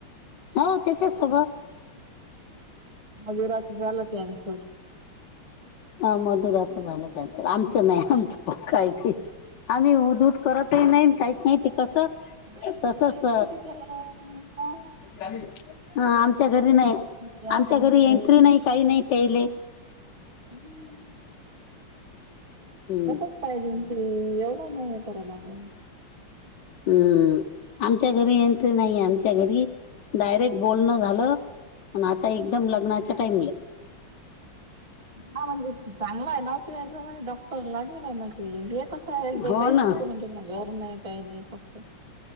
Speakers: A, on the left; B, on the right.
A: हो त्याच्या सोबत
B: मजुराात झालं कचं
A: हा मधुराचं झालं त्याच आमचं नाही आमचं पक्कायथ आम्ही उ द उध करतही नाही काहीच नाही ते कसं
B: बई
A: तसच
B: का किती केलं म
A: ह आमच्या घरी नाही
B: जावाई
A: आमच्या घरी
B: बाई
A: एंट्री नाही काही नाही त्याले
B: हम
A: हम्म
B: होतच पाहिजे ते एवढं नाही आहे तररा लागून
A: हम आमच्या घरी एंट्री नाहीे आमच्या घरी डायरेक्ट बोलणं झालं पण आता एकदम लग्नाच्या टाइमला
B: हा म्हणजे चांगला आहे नव्हत याच डॉक्टर ला गेलाय न हे कसं आहे जो
A: हो
B: काहीच
A: ना
B: नव्हतो मण त्यांना घर नाही काही नाही फक्त